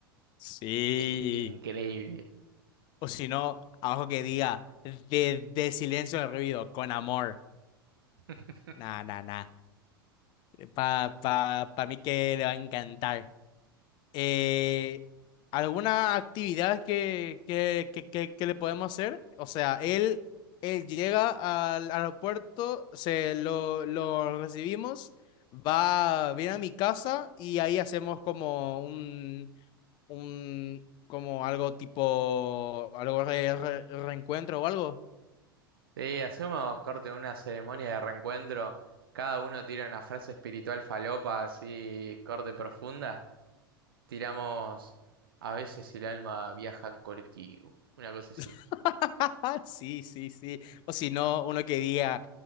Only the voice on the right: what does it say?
Eh, increíble.
<laughs>
Sí, hacemos corte una ceremonia de reencuentro. Cada uno tira una frase espiritual falopa, así, corte profunda. Tiramos, a veces el alma viaja en colectivo. Una cosa así.